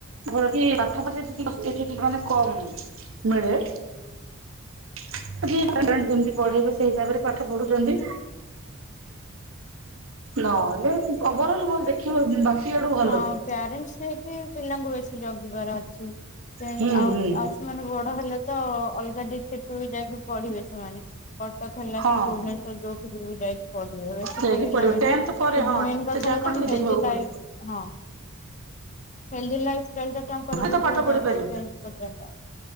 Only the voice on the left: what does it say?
<inaudible>
ହଁ ପ୍ୟାରେଣ୍ଟସ ହେଇକି ପିଲାଙ୍କୁ ବେସି ଜଗିବାର ଅଛି ଦେନ
ଆଉ
ଆଉ ସ ସେମାନେ ବଡ ହେଲେ ତ ଅଲଗା ଡିଷ୍ଟିକକୁ ବି ଯାଇକି ପଢିବେ ସେମାନେ। କଟକ ହେଲା
କି ଭୁବନେଶ୍ଵର ଯୋଉଠି ବି ଯାଇକି ପଢିବେ ଏବେ ଛୋଟ
ପିଲା
ମାନେ
ନା
ସେ
ଯୋଉ
ଆଇନ ଗଛ
ଲତା
<unintelligible>
ହେଲଦି ଲାଇଫ ଷ୍ଟାଇଲଟା ତାଙ୍କରବି
ବୋହୁତ
ଦରକାର
ଚେଞ୍ଚ ପଚାଶ ଟଙ୍କା